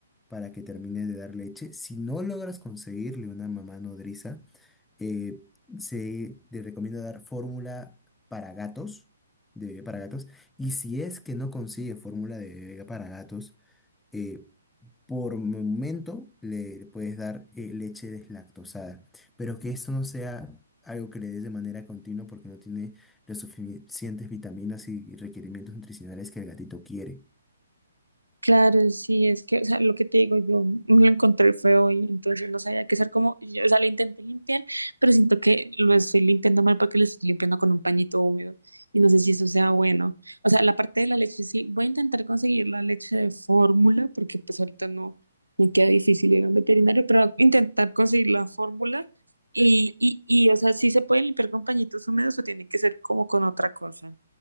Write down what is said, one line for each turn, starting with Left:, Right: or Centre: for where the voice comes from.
Centre: para que termine de dar leche. Si no logras conseguirle una mamá nodriza, eh, se le recomienda dar fórmula para gatos, de bebé para gatos. Y si es que no consigue fórmula de bebé para gatos, eh, por momento le puedes dar eh, leche deslactosada. Pero que esto no sea algo que le des de manera continua porque no tiene las suficientes vitaminas y requerimientos nutricionales que el gatito quiere.
Right: Claro, sí, es que, o sea, lo que te digo, yo me lo encontré feo y entonces no sabía qué hacer como, yo, o sea, lo intenté limpiar, pero siento que lo estoy limpiando mal porque lo estoy limpiando con un pañito húmedo y no sé si eso sea bueno. O sea, la parte de la leche sí, voy a intentar conseguir la leche de fórmula porque pues ahorita no me queda difícil ir a un veterinario, pero voy a intentar conseguir la fórmula y, y, y, o sea, sí se puede limpiar con pañitos húmedos o tiene que ser como con otra cosa.